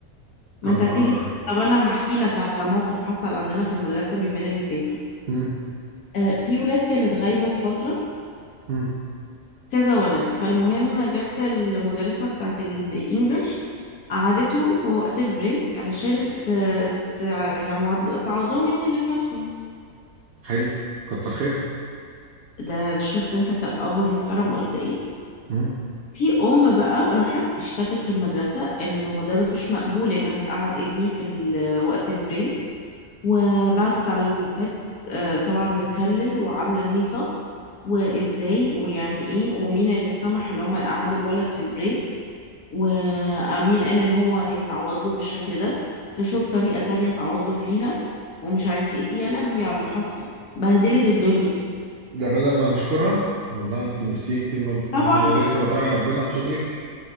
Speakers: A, on the right; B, on the left.
A: طب
B: ما انت
A: ما
B: هتيجي
A: آه.
B: طب انا هحكي لك على موقف حصل عندنا في المدرسة اليومين اللي فاتوا
A: مم.
B: آه في ولاد كانت غايبة في فترة
A: مم.
B: كذا ولد فالمهم جت المدرسة بتاعت الانجليش قعدتهم في وقت البريك علشان ت... ت... يعني تعوض لهم يعني اللي فاتهم
A: حلو كتر خيرها
B: ده شفت انت كأب محترم قلت ايه
A: مم.
B: في ام بقى راحت اشتكت في المدرسة انه ده مش مقبول انها تقعد ابني في ال- وقت البريك وبعتت على الجروبات آه، طبعا بتهلل وعاملة هيصة وازاي ويعني ايه ومين اللي سمح ان هم يقعدوا الولد في البريك ومين قال ان هو يتعوض له بالشكل ده تشوف طريقة تانية تعوض له فيها ومش عارف ايه يا لهوي على اللي حصل بهدلت الدنيا
A: ده بدل ما نشكرها والله انت ميرسي انت مد...
B: طبعا
A: انت مدرسه بتراعي ربنا في شغلك